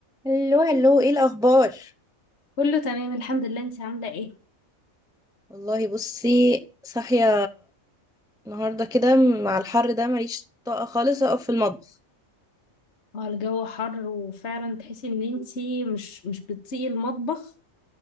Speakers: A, in the centre; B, on the left (about 55°).
A: الو هلو ايه الاخبار
B: كله تمام الحمد لله انتي عاملة ايه؟
A: والله بصي صاحيه النهارده كده مع الحر ده ماليش طاقه خالص اقف في المطبخ
B: اه الجو حر وفعلا تحسي ان انتي مش مش بتطيقي المطبخ